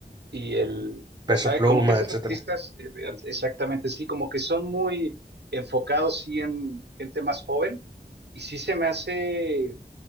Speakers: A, on the right (about 75°); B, on the right (about 25°).
A: Y el, o
B: Peso
A: sea,
B: Pluma,
A: como que estos
B: etcétera.
A: artistas, eh, eh, exactamente, sí, como que son muy enfocados, sí, en gente más joven, y sí se me hace